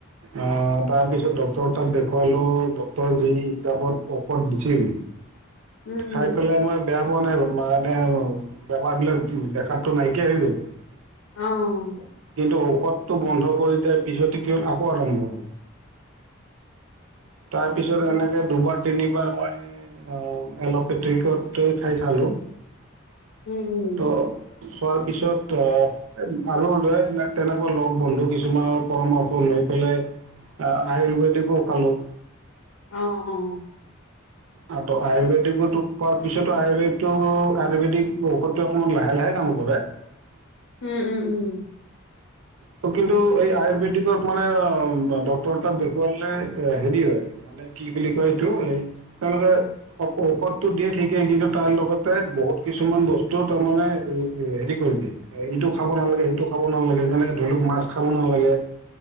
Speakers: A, on the right (about 80°); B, on the left (about 80°).
A: অ' তাৰপিছত ডক্টৰক তাত দেখুৱালোঁ ডক্টৰে যি হিচাপত ঔষধ দিছিল
B: উম উম
A: খাই পেলাই আমাৰ বেয়া পোৱা নাই মানে বেমাৰ বিলাক দেখাতো নাইকিয়া হৈ গ'ল।
B: অ'।
A: ত' ঔষধটো বন্ধ কৰি দিয়াই পিছতে কি হ'ল আকৌ আৰম্ভ হ'ল। তাৰ পিছত
B: সেইটো
A: এনেকে দুবাৰ তিনিবাৰ মই এ অ' এলপেথিকতে খাই চালো,
B: উম উম
A: ত' চোৱাৰ পিছত অ' আৰু লৈ তেনেকুৱা লগ বন্ধু কিছুমানৰ পৰামৰ্শ লৈ <unintelligible> অ' আয়ুৰ্বেদিকো খালোঁ।
B: অ', অ'।
A: আ ত' আয়ুৰ্বেদিকো খোৱাৰ পিছতো আয়ুৰ্বেদিকতটো আয়ুৰ্বেদিক ঔষধো অকণমান লাহে লাহে কাম কৰে। <unintelligible>
B: উম, উম, উম।
A: ত' কিন্তু এই আয়ুৰ্বেদিকত মানে অ' ডক্তৰ তাক দেখুৱালে হেৰি হয় মানে কি বুলি কয় এইটো এই তেওঁলোকে ঔষধটো দিয়ে ঠিকেই কিন্তু তাৰ লগতে বহুত কিছুমান বস্তু তাৰ মানে হেৰি কৰি দিয়ে, ইটো খাব নালাগে সেইটো খাব নালাগে যেনেকে ধৰি লওঁক মাছ খাব নালাগে।